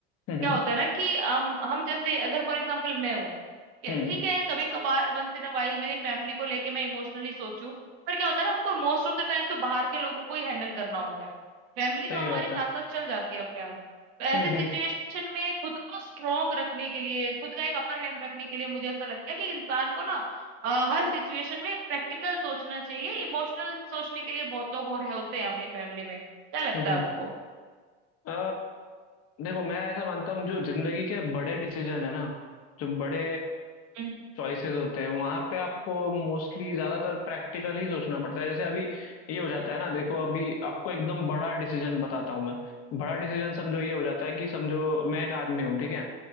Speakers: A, on the left; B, on the right.
A: है हम्म
B: क्या होता है ना कि हम हम जैसे अगर फॉर एग्जाम्पल मैं हूँ ठीक है
A: हम्म
B: ठीक है, कभी कभार वंस इन अ वाइल मेरी फैमिली को लेके मैं इमोशनली सोचूं पर क्या होता है ना हमको मोस्ट ऑफ द टाइम तो बाहर के लोगों को ही हैंडल करना होता है फैमिली
A: सही
B: तो हमारे
A: बात
B: साथ
A: है
B: साथ चल जाती है अपने आप तो ऐसी
A: हम्म हम्म
B: सिचुएशन में खुद को स्ट्रांग रखने के लिए खुद का एक अपर हैंड रखने के लिए मुझे ऐसा लगता है कि इंसान को ना अ, हर सिचुएशन में प्रैक्टिकल सोचना चाहिए इमोशनल सोचने के लिए बहुत लोग हो रहे होते हैं अपनी फैमिली में क्या लगता
A: हम्म हम्म।
B: है आपको
A: अ, देखो मैं ऐसा मानता हूँ जो जिंदगी के बड़े डिसीजन है ना जो बड़े
B: हम्म,
A: चॉइसेस होते हैं वहां पे आपको मोस्टली ज्यादातर प्रैक्टिकल ही सोचना पड़ता है जैसे अभी ये हो जाता है ना देखो अभी आपको एकदम बड़ा डिसीजन बताता हूँ मैं बड़ा डिसीजन समझो ये हो जाता है कि समझो मैं एक आदमी हूँ ठीक है